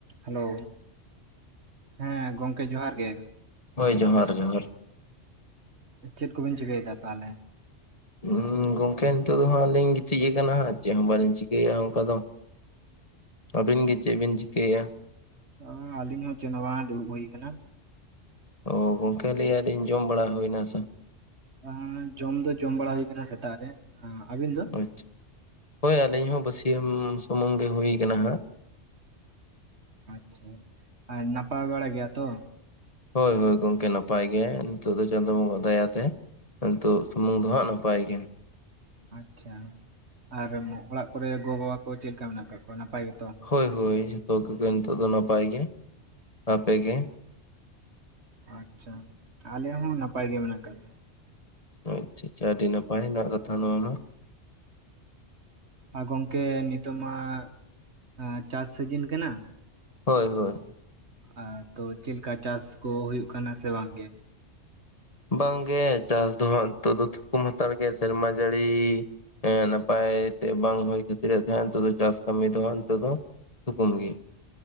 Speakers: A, on the right; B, on the left.
A: ᱦᱮᱞᱳ, ᱦᱮᱸ ᱜᱚᱝᱠᱮ ᱡᱚᱦᱟᱨ ᱜᱮ।
B: ᱦᱳᱭ ᱡᱚᱦᱟᱨ ᱡᱚᱦᱟᱨ।
A: ᱪᱮᱫ ᱠᱚᱵᱤᱱ ᱪᱤᱠᱟᱹᱭ ᱫᱟ ᱛᱟᱦᱮᱞᱮ?
B: ᱚᱢᱸ ᱜᱚᱝᱠᱮ ᱱᱤᱛᱚᱜ ᱫᱚ ᱦᱟᱸᱜ ᱞᱤᱧ ᱜᱤᱛᱤᱡ ᱠᱟᱱᱟ ᱦᱟᱸᱜ ᱪᱮᱜ ᱦᱚᱸ ᱵᱟᱹᱞᱤᱧ ᱪᱤᱠᱟᱭᱮᱜ-ᱟ ᱚᱱᱠᱟ ᱫᱚ। ᱟᱹᱵᱤᱱ ᱜᱮ ᱪᱮᱜ ᱵᱤᱱ ᱪᱤᱠᱟᱭᱮᱜ-ᱟ?
A: ᱟ ᱟᱹᱞᱤᱧ ᱦᱚᱸ ᱪᱮᱜ ᱦᱚᱸ ᱵᱟᱝ ᱫᱩᱲᱩᱵ ᱦᱩᱭ ᱠᱟᱱᱟ।
B: ᱚ ᱜᱚᱝᱠᱮ ᱞᱟᱹᱭ ᱟᱹᱞᱤᱧ ᱡᱚᱢ ᱵᱟᱲᱟ ᱦᱳᱭ ᱱᱟᱥᱮ?
A: <inaudible> ᱡᱚᱢ ᱫᱚ ᱡᱚᱢ ᱵᱟᱲᱟ ᱦᱩᱭ ᱠᱟᱱᱟ ᱥᱮᱛᱟᱜ ᱨᱮ ᱟᱹᱵᱤᱱ ᱫᱚ
B: ᱟᱪᱪᱷᱟ, ᱦᱳᱭ ᱟᱹᱞᱤᱧ ᱦᱚᱸ ᱵᱟᱹᱥᱤᱭᱟᱹᱢ ᱥᱩᱢᱩᱝ ᱜᱮ ᱦᱩᱭ ᱠᱟᱱᱟ ᱦᱟᱸᱜ।
A: ᱟᱪᱪᱷᱟ ᱟᱨ ᱱᱟᱯᱟᱭ ᱵᱟᱲᱟ ᱜᱮᱭᱟ ᱛᱚ?
B: ᱦᱳᱭ ᱦᱳᱭ ᱜᱚᱝᱠᱮ ᱱᱟᱯᱟᱭ ᱜᱮ ᱱᱤᱛᱚᱜ ᱫᱚ ᱪᱟᱸᱫᱳ ᱵᱚᱸᱜᱟ ᱫᱟᱭᱟᱛᱮ। ᱱᱤᱛᱚᱜ ᱥᱩᱢᱩᱝ ᱫᱚ ᱦᱟᱸᱜ ᱱᱟᱯᱟᱭ ᱜᱮ।
A: ᱟᱪᱪᱷᱟ, ᱟᱨ ᱚᱲᱟᱜ ᱠᱚᱨᱮ ᱜᱚ ᱵᱟᱵᱟ ᱠᱚ ᱪᱮᱫ ᱞᱮᱠᱟ ᱢᱮᱱᱟᱜ ᱠᱟᱜ ᱠᱚᱣᱟ ᱱᱟᱯᱟᱭ ᱜᱮ ᱛᱚ?
B: ᱦᱳᱭ ᱦᱳᱭ ᱡᱷᱚᱛᱚ ᱠᱚᱜᱮ ᱱᱤᱛᱚᱜ ᱫᱚ ᱱᱟᱯᱟᱭ ᱜᱮ, ᱟᱯᱮᱜᱮ?
A: ᱟᱪᱪᱷᱟ, ᱟᱞᱮ ᱦᱚᱸ ᱱᱟᱯᱟᱭ ᱜᱮ ᱢᱮᱱᱟᱜ ᱠᱟᱜ ᱞᱮᱭᱟ।
B: ᱟᱪ ᱟᱪᱪᱷᱟ ᱟᱹᱰᱤ ᱱᱟᱯᱟᱭ ᱱᱟᱜ ᱠᱟᱛᱷᱟ ᱱᱚᱶᱟ ᱢᱟ।
A: ᱟ ᱜᱚᱝᱠᱮ ᱱᱤᱛᱚᱜ ᱢᱟ ᱟᱸ ᱪᱟᱥ ᱥᱤᱡᱤᱱ ᱠᱟᱱᱟ
B: ᱦᱳᱭ ᱦᱳᱭ
A: ᱟᱨ ᱛᱚ ᱪᱮᱫ ᱞᱮᱠᱟ ᱪᱟᱥ ᱠᱚ ᱦᱩᱭᱩᱜ ᱠᱟᱱᱟ ᱥᱮ ᱵᱟᱝ ᱜᱮ?
B: ᱵᱟᱝᱜᱮ ᱪᱟᱥ ᱫᱚ ᱦᱟᱸᱜ ᱱᱤᱛᱚᱜ ᱫᱚ ᱛᱷᱩᱠᱩᱢ ᱦᱟᱛᱟᱲ ᱜᱮ ᱥᱮᱨᱢᱟ ᱡᱟᱹᱲᱤ ᱮᱸ ᱱᱟᱯᱟᱭ ᱛᱮ ᱵᱟᱝ ᱦᱳᱭ ᱠᱷᱟᱹᱛᱤᱨ ᱟᱫᱚ ᱦᱟᱸᱜ ᱦᱮᱛᱳᱜ ᱫᱚ ᱪᱟᱥ ᱠᱟᱹᱢᱤ ᱫᱚ ᱦᱟᱸᱜ ᱱᱮᱛᱳᱜ ᱫᱚ ᱛᱷᱩᱠᱟᱹᱢ ᱜᱮᱭᱟ᱾